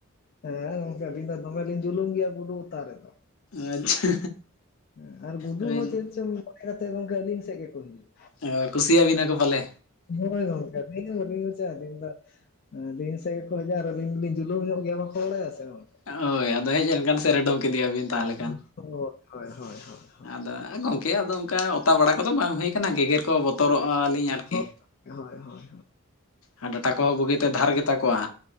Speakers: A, on the left (about 45°); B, on the left (about 65°).
A: ᱦᱮᱸ ᱜᱚᱝᱠᱮ ᱟᱞᱤᱧ ᱫᱚᱢᱮᱞᱤᱧ ᱡᱩᱞᱩᱝ ᱜᱤᱭᱟ ᱜᱩᱰᱩ ᱚᱛᱟ ᱨᱮᱫᱚ᱾
B: ᱟᱪᱪᱷᱟ
A: ᱦᱮᱸ ᱟᱨ ᱜᱩᱰᱩ
B: ᱦᱳᱭ᱾
A: ᱦᱚᱸ <inaudible> ᱠᱟᱛᱮᱫ ᱜᱚᱝᱠᱮ ᱟᱹᱞᱤᱧ ᱥᱮᱫ ᱜᱮᱠᱚ ᱦᱤᱡᱩᱜ᱾
B: ᱚ ᱠᱩᱥᱤᱭᱟᱵᱤᱱ ᱠᱚ ᱯᱟᱞᱮ᱾
A: ᱦᱳᱭ ᱜᱚᱝᱠᱮ <unintelligible> ᱟᱞᱤᱧ ᱫᱚ ᱦᱮᱸ ᱟᱞᱤᱧ ᱥᱮᱫ ᱜᱮᱠᱚ ᱦᱤᱡᱩᱜᱼᱟ ᱟᱨ ᱟᱹᱞᱤᱧ ᱫᱚᱞᱤᱧ ᱡᱩᱞᱟᱹᱢ ᱧᱚᱜ ᱜᱮᱭᱟ ᱵᱟᱠᱚ ᱵᱟᱲᱟᱭᱟ ᱥᱮ ᱜᱚᱝᱠᱮ,
B: ᱦᱳᱭ ᱟᱫᱚ ᱦᱮᱡ ᱮᱱᱠᱷᱟᱱ ᱥᱮ ᱨᱮᱰᱚᱢ ᱠᱮᱫᱮᱭᱟᱵᱤᱱ᱾ ᱛᱟᱦᱚᱞᱮ
A: <unintelligible> ᱦᱚᱭ ᱦᱚᱭ ᱦᱚᱭ᱾
B: ᱫᱟ ᱜᱚᱝᱠᱮ ᱟᱫᱚ ᱚᱝᱠᱟ ᱚᱛᱟ ᱵᱟᱲᱟ ᱠᱚᱫᱚ ᱵᱟᱝ ᱦᱩᱭ ᱠᱟᱱᱟ ᱜᱮᱜᱮᱨ ᱠᱚ ᱵᱚ ᱛᱚᱨᱚᱜ ᱟᱞᱤᱧ ᱟᱨᱠᱤ᱾
A: ᱦᱳᱭ ᱦᱳᱭ ᱦᱳᱭ
B: ᱟᱨ ᱰᱟᱴᱟ ᱠᱚᱦᱚᱸ ᱵᱩᱜᱤᱛᱮ ᱫᱷᱟᱨ ᱜᱮᱛᱟ ᱠᱚᱣᱟ᱾